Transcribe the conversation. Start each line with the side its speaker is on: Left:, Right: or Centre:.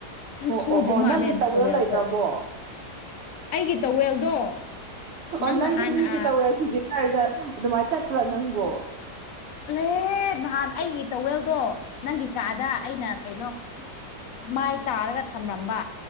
Left: ꯅꯪ
Right: ꯑꯣ
Left: ꯁꯨꯗ꯭ꯔꯤ
Right: ꯑꯣ ꯑꯣ
Left: ꯃꯥꯜꯂꯦ
Right: ꯅꯪꯒꯤ
Left: ꯑꯗꯨ
Right: ꯇꯋꯦꯜ
Left: ꯇꯋꯦꯜꯗꯣ
Right: ꯂꯩꯇ꯭ꯔꯕꯣ
Left: ꯑꯩꯒꯤ ꯇꯋꯦꯜꯗꯣ
Right: ꯑꯣ
Left: ꯅꯪ
Right: ꯅꯒꯤ
Left: ꯅꯍꯥꯟ
Right: ꯃꯤ ꯀꯇ
Left: ꯑ
Right: ꯍꯧꯌꯥ ꯁꯤꯦ ꯍꯥꯏꯔꯒ ꯑꯗꯨꯃꯥꯏꯅ ꯆꯠꯄ꯭ꯔꯥ ꯅꯪꯕꯣ
Left: ꯂꯍꯦ ꯅꯍꯥꯟ ꯑꯩꯒꯤ ꯇꯋꯦꯜꯗꯣ ꯅꯪꯒꯤ ꯀꯥꯗ ꯑꯩꯅ ꯀꯩꯅꯣ ꯃꯥꯏ ꯇꯥꯔꯒ ꯊꯝꯂꯝꯝꯕ